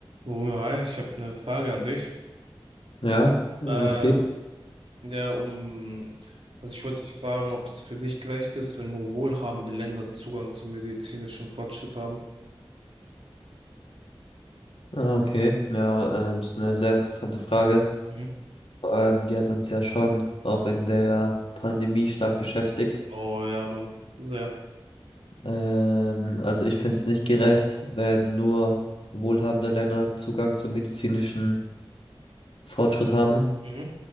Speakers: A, on the right; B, on the left.
A: Romeo, hi, ich habe eine Frage an dich.
B: Ja, um
A: Ähm,
B: was geht?
A: ja, um, also ich wollte dich fragen, ob es für dich gerecht ist, wenn nur wohlhabende Länder Zugang zu medizinischem Fortschritt haben.
B: Ah, okay. Ja, ähm, ist eine sehr interessante Frage.
A: Mhm.
B: Vor allem, die hat uns ja schon auch in der Pandemie stark beschäftigt.
A: Oh ja, Mann, sehr.
B: Ähm, also ich finde es nicht gerecht, wenn nur wohlhabende Länder Zugang zum medizinischen Fortschritt haben.
A: Mhm.